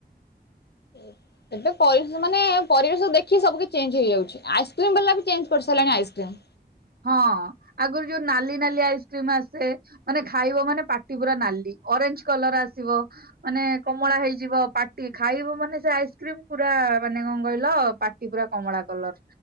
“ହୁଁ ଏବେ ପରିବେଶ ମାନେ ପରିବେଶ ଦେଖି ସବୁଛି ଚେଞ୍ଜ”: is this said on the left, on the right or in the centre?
Left